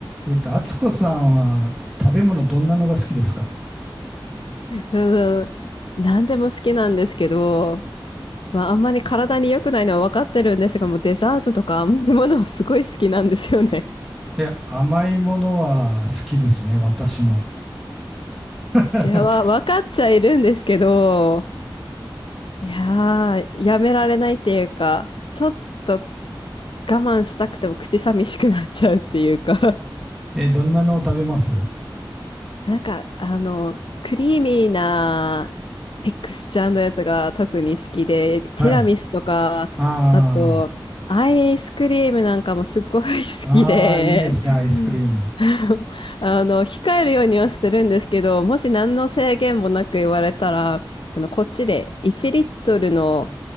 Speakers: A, in the centre; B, on the left (about 75°).
A: えっと、敦子さんは食べ物どんなのが好きですか
B: うん、何でも好きなんですけど、まあ、あんまり体に良くないのは分かってるんですが、もうデザートとか甘いものすごい好きなんですよね。
A: いや、甘いものは好きですね、私も。<laughs>
B: いや、わ、分かっちゃいるんですけど、いやー、やめられないっていうか、ちょっと我慢したくても口寂しくなっちゃうっていうか
A: え、どんなのを食べます
B: なんか、あの、クリーミーなテクスチャーのやつが特に好きで、ティラミスとか、
A: はい。あ
B: あと、アイスクリームなんかもすごい好きで、
A: あ、ああ、いいですね、アイスクリーム。
B: <laughs> あの、控えるようにはしてるんですけど、もし何の制限もなく言われたら、あの、こっちで1リットルの